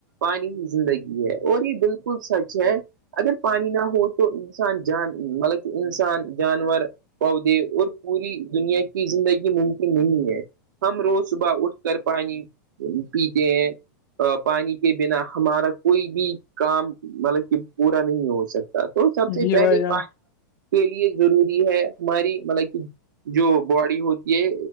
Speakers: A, on the right; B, on the left.
A: پانی ہی زندگی ہے اور یہ بالکل سچ ہے اگر پانی نہ ہو تو انسان جان مطلب کہ انسان جانور پودے اور پوری دنیا کی زندگی ممکن نہیں ہے ہم روز صبح اٹھ کر پانی پیھ پانی کے بنا ہمارا کوئی بھی کام مطلب کہ پورا نہیں ہو سکتا تو سب سے
B: جی
A: پہلے
B: بھائی جان
A: بات کے لیے ضروری ہے ہماری مطلب کہ جو باڈی ہوتی ہے